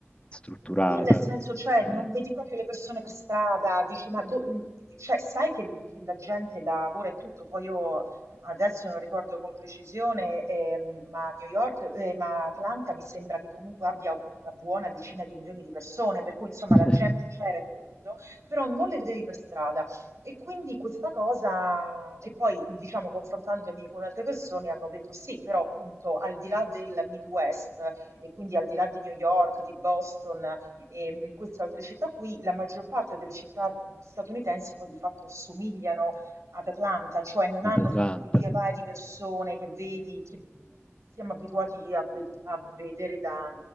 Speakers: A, on the left; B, on the right.
A: strutturata.
B: Sì, nel senso, cioè,
A: Eh.
B: non vedi proprio le persone per strada, dici, ma do- mh, cioè, sai che, l- che la gente lavora e tutto, poi io adesso non ricordo con precisione, ehm, ma New York, eh, ma Atlanta mi sembra che comunque abbia una buona decina di milioni di persone, per cui insomma
A: <laughs>
B: la gente c'era e tutto, però non le vedevi per strada. E quindi questa cosa che poi, diciamo, confrontandomi con altre persone hanno detto sì, però appunto al di là del Midwest e quindi al di là di New York, di Boston e mh, queste altre città qui, la maggior parte delle città statunitensi poi di fatto somigliano ad Atlanta, cioè non hanno
A: Ad Atlanta.
B: tutto quel via vai di persone che vedi, che siamo abituati a, ve- a vedere da,